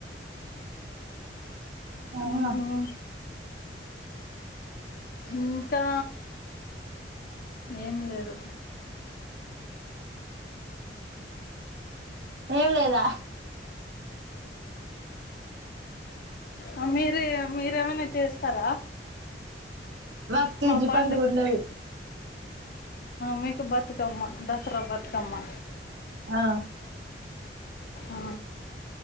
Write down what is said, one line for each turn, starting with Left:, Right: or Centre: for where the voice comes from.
Right: అవునా
Left: మ్మ్ ఇంకా ఏం లేదు
Right: ఏం లేదా
Left: మీరు మీరు మీరేమైనా చేస్తారా
Right: మాకు తిజి
Left: మా పండక్కి
Right: పండుగ ఉన్నది
Left: మీకు బతుకమ్మా దసరా బతుకమ్మా
Right: ఆ
Left: ఆ